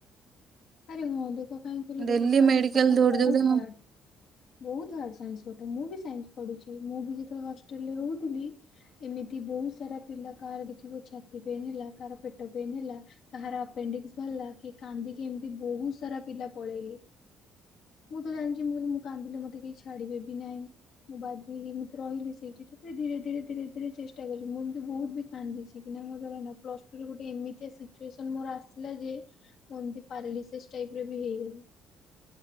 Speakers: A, on the left (about 55°); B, on the right (about 35°).
A: ଆରେ ହଁ ଦେଖ କାହିଁ କହିଲ
B: ଡେଲି
A: ଦେଖ ସାଇନ୍ସ
B: ମେଡିକାଲ
A: ପାଠ
B: ଦୌଡି
A: ବହୁତ
B: ଦୌଡି ମୁଁ
A: ହାର୍ଡ। ବହୁତ ହାର୍ଡ ସାଇନ୍ସ ପାଠ, ମୁଁ ବି ସାଇନ୍ସ ପଢୁଛି ମୁଁ ବି ଯେତେବେଳେ ହଷ୍ଟେଲରେ ରହୁଥିଲି। ଏମିତି ବହୁତ ସାରା ପିଲା। କାହାର ଦେଖିବୁ ଛାତି ପେନ୍ ହେଲା କାହାର ପେଟ ପେନ୍ ହେଲା କାହାର ଆପେଣ୍ଡିକସ ବାହାରିଲା କିଏ କାନ୍ଦିକି ଏମତି ବହୁତ ସାରା ପିଲା ପଳେଇଲେ। ମୁଁ ତ ଜାଣିଛି ମୁଁ କିତୁ ମୁ କାନ୍ଦିଲେ ମତେ କେହି ଛାଡିବେ ବି ନାହିଁ। ମୁଁ ବାଧ୍ୟ ହେଇକି <unintelligible> ରହିଲି ସେଇଠି। ତା ପରେ ଧୀରେ ଧୀରେ ଧୀରେ ଧୀରେ ଚେଷ୍ଟା କଲି ମୁ ଏିମିତି ବହୁତ୍ ବି କାନ୍ଦିଚି କି ନା ମୋର <unintelligible> ପ୍ଲସ ଟୁରେ ଗୋଟେ ଏମିତିଆ ସିଚୁଏସନ ମୋର ଆସିଲା ଯେ ମୁ ଏମତି ପାରଲିସିସ୍ ଟାଇପ ରେ ବି ହେଇଗଲି।